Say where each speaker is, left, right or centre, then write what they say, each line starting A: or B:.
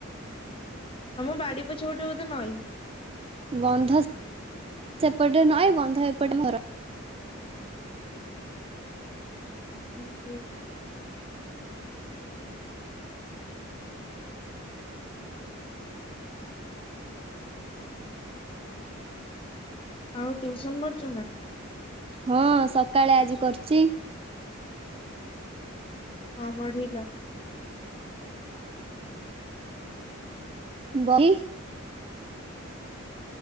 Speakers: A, on the left; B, on the right.
A: ତମ ବାଡି ପଛ ଗୋଟେ ବୋଧେ ନଈ।
B: ବନ୍ଧ ସେପଟେ ନଁ ବନ୍ଧ ଏପଟେର
A: କୁପୁର ଆଉ ୍ୟଉସନ କରୁଛୁ ନା
B: ହଁ ସକାଳେ ଆଜି କରୁଛି।
A: କଣ ବଢିଲ?
B: ବହି।